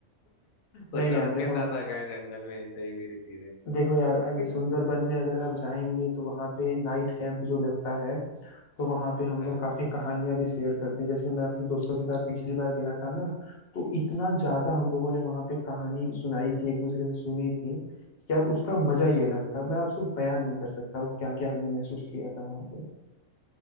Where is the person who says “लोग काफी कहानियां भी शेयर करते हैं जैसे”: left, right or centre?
Left